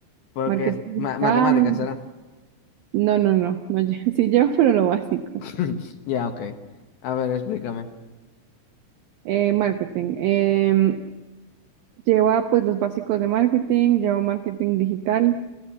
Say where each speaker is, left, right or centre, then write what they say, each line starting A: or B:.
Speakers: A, on the left; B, on the right.
A: Porque
B: Marketing
A: es
B: digital.
A: ma- matemáticas, ¿será?
B: No, no, no, no, lle- <laughs> sí lleva, pero lo básico.
A: <laughs> Ya, ok. A ver, explícame.
B: Eh, marketing. em, lleva pues los básicos de marketing, lleva marketing digital.